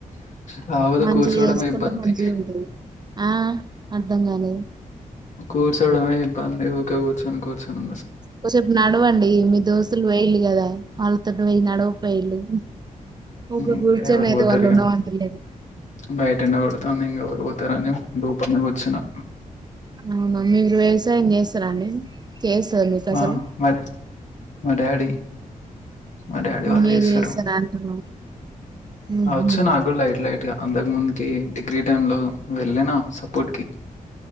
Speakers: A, on the left (about 55°); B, on the right (about 30°).
A: కాకపోతే
B: మంచిగా
A: కూర్చోవడమే
B: చేసుకుంటే
A: ఇబ్బంది.
B: మంచిగా ఉంటది ఆ అర్ధం కాలేదు
A: కూర్చోడమే ఇబ్బంది ఊక కూర్చొని కూర్చుని
B: కొసపు నడవండి మీ దోస్తులు పోయరూ కదా వాళ్ళ అ పోయి నడవ పోయిళ్లు ఇప్పు
A: హ్మ్
B: కూర్చొనేది
A: ఎవరు పోతారు
B: వాళ్ళు
A: ఇగ
B: ఉన్నవని లేదు
A: బయట ఎండ కొడుతాంది ఇంకెవరు పోతారని లోపలనే కూర్చున్నా
B: అవునా మీరు వ్యవసాయం చేస్తారండి చేస్తారు మీకు
A: మా
B: అసలు
A: మా మా డాడీ మా డాడీ వాళ్ళు
B: మీరు
A: చేస్తారు
B: చేస్తారా అంటున్నా ఉహు
A: వచ్చు నాకు కూడా లైట్ లైట్ గా అంతకు ముందుకి డిగ్రీ టైం లో వెళ్ళను సపోర్ట్ కి